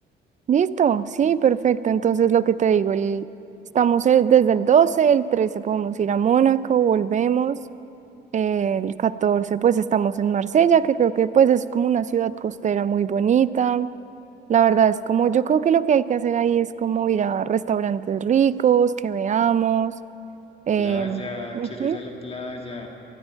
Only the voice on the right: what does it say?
Listo, sí, perfecto. Entonces lo que te digo, el- estamos el- desde el 12, el 13 podemos ir a Mónaco, volvemos. El 14, pues estamos en Marsella, que creo que pues es como una ciudad costera muy bonita. La verdad es como, yo creo que lo que hay que hacer ahí es como ir a restaurantes ricos, que veamos. em,
ujú,